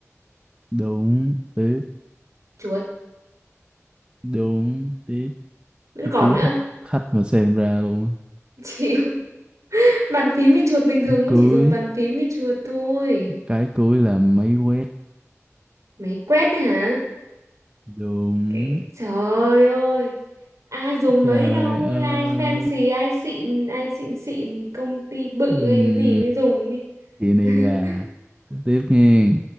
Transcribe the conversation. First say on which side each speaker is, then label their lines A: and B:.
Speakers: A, on the right; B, on the right.
A: đúng tiếp
B: chuột
A: đúng tiếp
B: vẫn
A: cái
B: còn
A: cuối
B: nữa
A: thách khách mà xem ra luôn
B: <laughs> chịu Bàn phím với chuột bình thường
A: cái
B: cũng
A: cưới
B: chỉ dùng bàn phím với chuột thôi.
A: cái cưới là máy quét
B: Máy quét đấy hả?
A: đúng
B: Cái... Trời ơi. Ai dùng
A: trời
B: mấy đâu,
A: ơi
B: ai fancy, ai xịn, ai xịn xịn, công ty bự
A: Ừm,
B: hay cái gì mới dùng chứ.
A: chị này
B: <laughs>
A: gà tiếp tiếp nghe